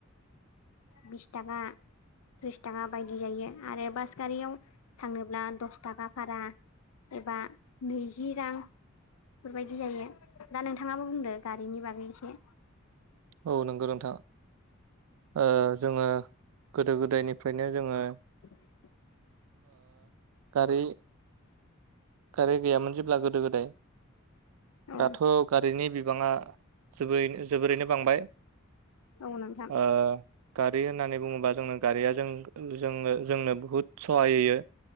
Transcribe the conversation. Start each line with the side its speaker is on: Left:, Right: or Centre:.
Left: बिस थाखा थ्रिस थाखा बायदि जायो आरो बास गारियाव थांनोब्ला दस थाखा भारा एबा नैजि रां बेफोरबायदि जायो दा नोंथाङाबो बुंदों गारिनि बागैसे
Right: औ नंगौ नोंथां जोङो गोदो गोदायनिफ्रायनो जोङो
Left: <inaudible>
Right: गारि गारि गैयामोन जे गोदो गोदाय
Left: औ
Right: दाथ' गारिनि बिबाङा जोरै जोबोरैनो बांबाय
Left: औ नोंथां
Right: अ गारि होननानै बुङोबा जोंनो गारिया जों जों जोंनो बुहुत सहाय होयो।